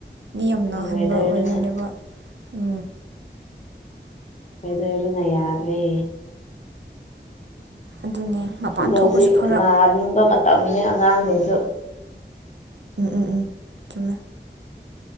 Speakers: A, on the right (about 80°); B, on the left (about 40°).
A: ꯃꯤ ꯌꯥꯝ ꯅꯥꯍꯟꯕ
B: ꯎꯝ ꯋꯦꯗꯔꯗꯨꯅ
A: ꯋꯦꯗꯔꯅꯦꯕ ꯎ
B: ꯀꯗ ꯑꯗꯨꯅ ꯌꯥꯗ꯭ꯔꯦ
A: ꯑꯗꯨꯅꯦ ꯃꯄꯥꯟ
B: ꯍꯧꯖꯤꯛ
A: ꯊꯣꯛꯄꯁꯨ ꯐꯔꯛ
B: ꯅꯥꯅꯤꯡꯕ ꯃꯇꯝꯅꯤ ꯑꯉꯥꯡꯁꯤꯁꯨ
A: ꯎꯝ ꯎꯝ ꯎꯝ ꯊꯃꯦ